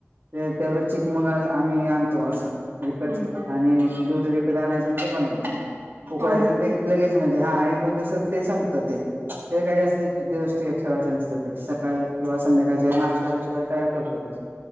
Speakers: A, on the right; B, on the right.
A: ते तेवढं चिक मंग अ आम्ही आणतो असं विकत,
B: हम्म
A: आणि दूध विकत आणायचं आणी ते बनवायच, उकडायचं
B: हो ना
A: आन ते लगेच <unintelligible> म्हणजे हा एक दोन दिवसात ते संपत ते ते काही जास्त <unintelligible> दिवस ठे ठेवायच नसतं ते, सकाळ किंवा संध्याकाळच्या नाश्त्या बिष्टा तयार करतो ते